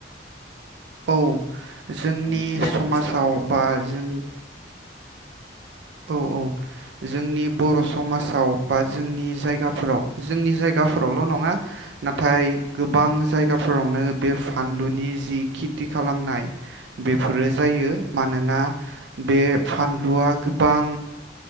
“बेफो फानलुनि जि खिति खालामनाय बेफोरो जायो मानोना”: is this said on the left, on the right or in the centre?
Right